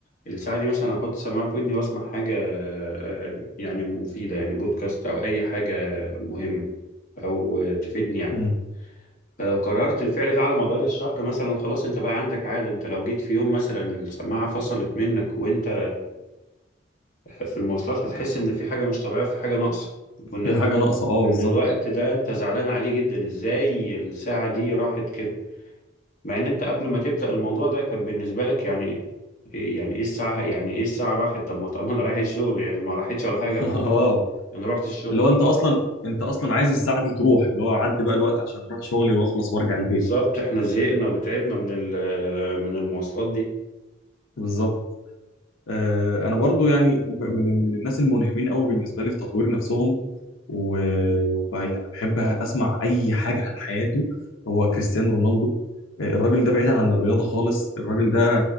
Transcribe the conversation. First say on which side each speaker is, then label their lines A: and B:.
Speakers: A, on the left; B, on the left.
A: الساعه دي مثلا احط سماعه في ودني واسمع حاجه آه، يعني مفيده يعني بودكاست او اي حاجه مهمه او آه، تفيدني يعني
B: مم.
A: فلو قررت الفعل ده على مدار الشهر مثلا خلاص انت بقى عندك عاده انت لو جيت في يوم مثلا السماعه فصلت منك وانت في المواصلات هتحس ان في حاجه مش طبيعيه في حاجه ناقصه وان
B: في
A: انت
B: حاجة ناقصة اه
A: وان
B: بالظبط
A: الوقت ده انت زعلان عليه جدا ازاي الساعه دي راحت كده مع ان انت قبل ما تبدا الموضوع ده كان بالنسبه لك يعني إيه- يعني ايه الساعه يعني ايه الساعه راحت طب ما طب ما انا رايح الشغل يعني ما راحتش
B: <laughs>
A: ولا حاجه ما انا
B: اه
A: ما انا رحت الشغل
B: اللي هو أنت أصلا أنت أصلا عايز الساعة دي تروح اللي هو عدي بقى الوقت عشان أروح شغلي وأخلص وأرجع البيت
A: بالظبط احنا زهقنا وتعبنا من ال- آه، من المواصلات دي
B: بالظبط آه، انا برضو يعني ب- من من الناس الملهمين قوي بالنسبه لي في تطوير نفسهم و- وبقى يعني بحب اسمع اي حاجه عن حياته هو كريستيانو رونالدو آه، الراجل ده بعيد عن الرياضه خالص الراجل ده